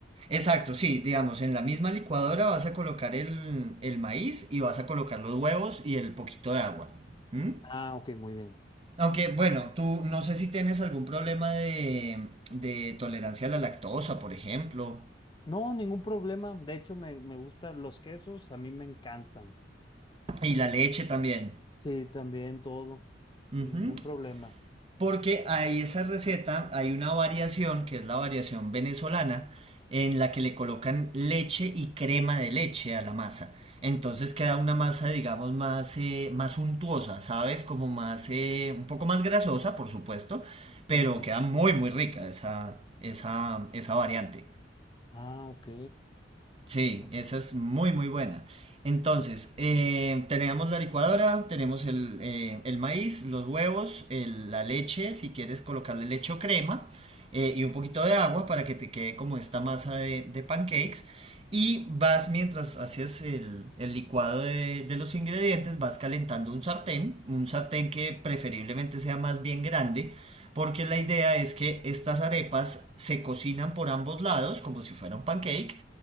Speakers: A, on the right; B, on the left.
A: Exacto, sí, digamos, en la misma licuadora vas a colocar el, el maíz y vas a colocar los huevos y el poquito de agua. ¿Mm?
B: Ah, ok, muy bien.
A: Aunque, bueno, tú no sé si tienes algún problema de, de tolerancia a la lactosa, por ejemplo,
B: No, ningún problema. De hecho, me, me gustan los quesos, a mí me encantan.
A: y la leche también.
B: Sí, también todo,
A: Ujú,
B: sin ningún problema.
A: Porque hay esa receta, hay una variación que es la variación venezolana, en la que le colocan leche y crema de leche a la masa. Entonces queda una masa, digamos, más, eh, más untuosa, ¿sabes? Como más, eh, un poco más grasosa, por supuesto, pero
B: Ujú.
A: queda muy, muy rica esa, esa, esa variante.
B: Ah, ok.
A: Sí,
B: Claro.
A: esa es muy, muy buena. Entonces, eh, tenemos la licuadora, tenemos el, eh, el maíz, los huevos, el- la leche, si quieres colocarle leche o crema, eh, y un poquito de agua para que te quede como esta masa de, de pancakes. Y vas, mientras haces el, el licuado de, de los ingredientes, vas calentando un sartén, un sartén que preferiblemente sea más bien grande, porque la idea es que estas arepas se cocinan por ambos lados, como si fuera un pancake